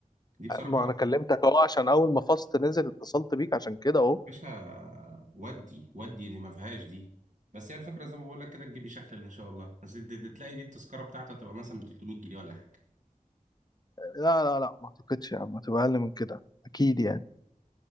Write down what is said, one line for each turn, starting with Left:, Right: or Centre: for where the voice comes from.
Right: دي بصراحه
Left: ما انا كلمتك اهو عشان اول ما فاست نزل اتصلت بيك عشان كده اهو
Right: باشا ودي ودي اللي ما فيهاش دي بس هي الفكره زي ما بقول لك كده تجيبي شحلل ان شاء الله بس دي دي- تلاقي دي التذكره بتاعته تبقى مثلا ب 300 جنيه ولا حاجه
Left: لا لا لا ما اعتقدش يا عم هتبقى اقل من كده اكيد يعني